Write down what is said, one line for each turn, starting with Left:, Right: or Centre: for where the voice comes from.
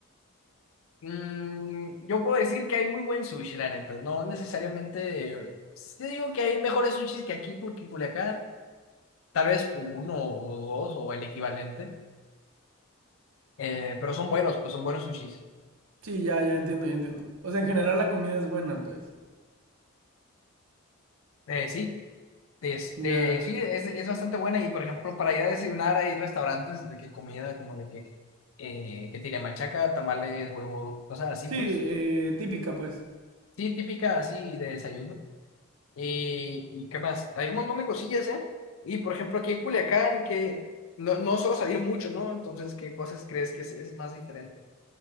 Left: Mm, yo puedo decir que hay muy buen sushi, la neta. No necesariamente. eh, Yo digo que hay mejores sushis que aquí, porque en Culiacán, tal vez uno o dos o el equivalente. eh, pero son buenos, pues son buenos sushis.
Right: Sí, ya, ya entiendo, ya entiendo. O sea, en general la comida es buena, pues.
Left: Eh, sí, este,
Right: Ya.
Left: sí, es, es bastante buena. Y por ejemplo, para ir a desayunar hay restaurantes de que comida como de que, eh, que tiene machaca, tamales, huevo, cosas así,
Right: Sí,
Left: pues.
Right: eh, típica, pues.
Left: Sí, típica así de desayuno. ¿Y, y qué más? Hay un montón de cosillas, ¿eh? Y por ejemplo, aquí en Culiacán, que no, no suelo salir mucho, ¿no? Entonces, ¿qué cosas crees que es, es más diferente?